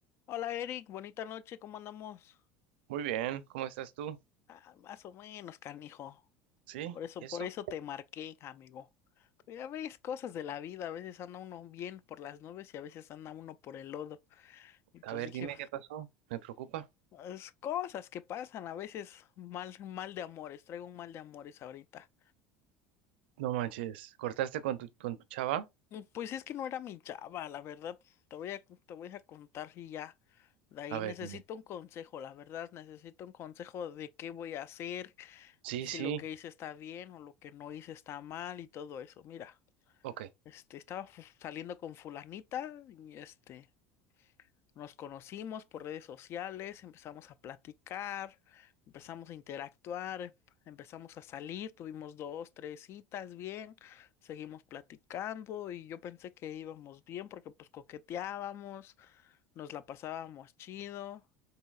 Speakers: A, on the left (about 50°); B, on the right (about 80°).
A: Hola Eric, bonita noche, ¿cómo andamos?
B: Muy bien, ¿cómo estás tú?
A: Ah, más o menos, canijo.
B: ¿Sí?
A: Por eso,
B: ¿Y eso?
A: por eso te marqué, amigo. Ya ves cosas de la vida, a veces anda uno bien por las nubes y a veces anda uno por el lodo. Y pues
B: A ver,
A: dije,
B: dime qué pasó. Me preocupa.
A: es cosas que pasan, a veces mal, mal de amores, traigo un mal de amores ahorita.
B: No manches. ¿Cortaste con tu, con tu chava?
A: Mm, Pues es que no era mi chava, la verdad. Te voy a, te voy a contar y ya. De ahí
B: A ver,
A: necesito
B: dime.
A: un consejo, la verdad, necesito un consejo de qué voy a hacer
B: Sí,
A: si
B: sí.
A: lo que hice está bien o lo que no hice está mal y todo eso. Mira,
B: Ok.
A: este, estaba fu- saliendo con fulanita y este, nos conocimos por redes sociales, empezamos a platicar, empezamos a interactuar, empezamos a salir, tuvimos dos, tres citas bien, seguimos platicando y yo pensé que íbamos bien porque pues coqueteábamos, nos la pasábamos chido.